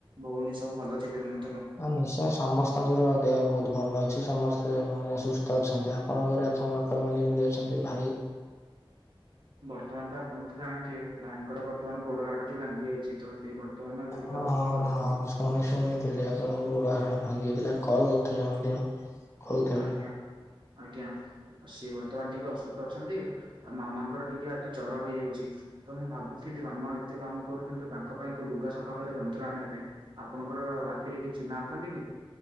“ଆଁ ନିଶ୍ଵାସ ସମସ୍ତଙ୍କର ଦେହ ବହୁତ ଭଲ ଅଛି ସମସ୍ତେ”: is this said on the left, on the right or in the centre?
Left